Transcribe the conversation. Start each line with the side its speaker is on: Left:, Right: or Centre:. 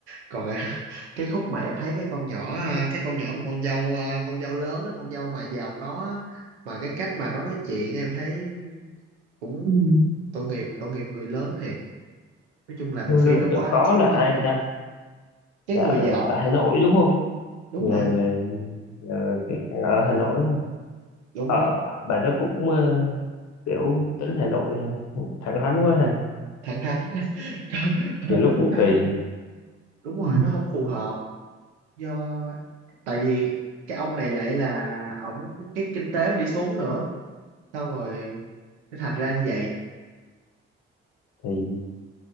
Right: còn cái cái khúc mà em thấy cái con nhỏ à, cái con nhỏ một con dâu à, con dâu lớn á, con dâu mà giàu có á, mà cái cách mà nó nói chuyện em thấy cũng Ừ. tội nghiệp tội nghiệp người lớn thiệt nói chung là bộ
Left: yêu
Right: phim
Left: lớn
Right: đó quá
Left: giàu có là
Right: quá
Left: ai
Right: nhiều
Left: ta
Right: cái
Left: Là
Right: người
Left: ở,
Right: vợ
Left: ở Hà Nội đúng không?
Right: đúng
Left: Là
Right: rồi
Left: là, là cái hàng ở Hà Nội đúng không?
Right: đúng
Left: Ờ,
Right: đúng
Left: bà đó cũng ờ, kiểu tính Hà Nội ha, thẳng thắn
Right: Ừ,
Left: quá ha.
Right: thẳng thắn <laughs>
Left: Nhiều
Right: nó
Left: lúc
Right: tính
Left: cũng
Right: ờ,
Left: kỳ
Right: đúng Ừ. rồi nó không phù hợp do tại vì cái ông này lại là ổng cái kinh tế ổng đi xuống nữa xong rồi nó thành ra như vậy
Left: thì